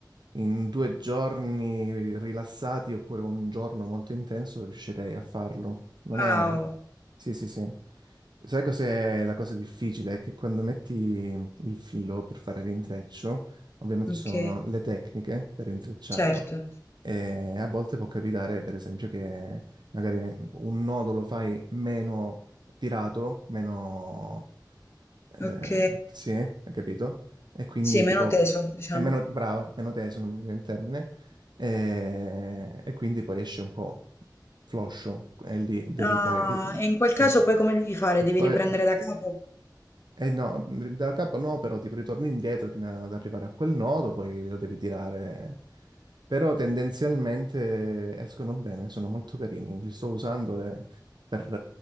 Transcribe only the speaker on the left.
Wow,
ok,
certo.
Ok.
Sì, meno
teso, diciamo.
Ah,
e in quel
caso poi come devi fare?
Devi
riprendere da capo?